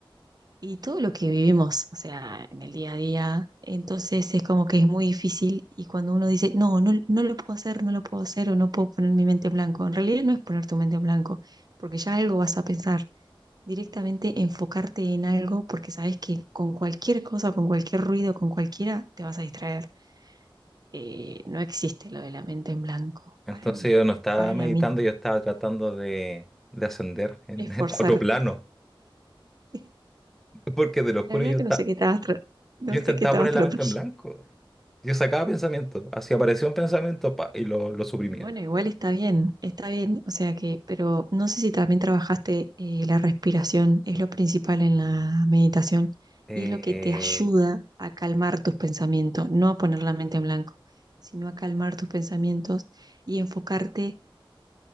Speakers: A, on the right; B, in the centre.
A: y todo lo que vivimos, o sea, en el día a día. Entonces es como que es muy difícil y cuando uno dice, no, no, no lo puedo hacer, no lo puedo hacer o no puedo poner mi mente en blanco, en realidad no es poner tu mente en blanco, porque ya algo vas a pensar, directamente enfocarte en algo porque sabes que con cualquier cosa, con cualquier ruido, con cualquiera, te vas a distraer. Eh, no existe lo de la mente en blanco
B: Entonces
A: para mí,
B: yo no estaba
A: para
B: meditando,
A: mí,
B: yo estaba tratando de, de ascender en,
A: esforzarte.
B: <laughs> a otro plano.
A: <laughs>
B: Porque te lo juro,
A: La verdad
B: yo,
A: que
B: esta-
A: no sé qué estabas, tra- no
B: yo intentaba
A: sé qué estabas
B: poner la
A: tratando.
B: mente en blanco. Yo sacaba pensamiento, así aparecía un pensamiento pa, y lo, lo suprimía.
A: Bueno, igual está bien, está bien, o sea que, pero no sé si también trabajaste eh, la respiración, es lo principal en la meditación
B: Eh,
A: y es lo que te ayuda a calmar tus pensamientos, no a poner la mente en blanco, sino a calmar tus pensamientos y enfocarte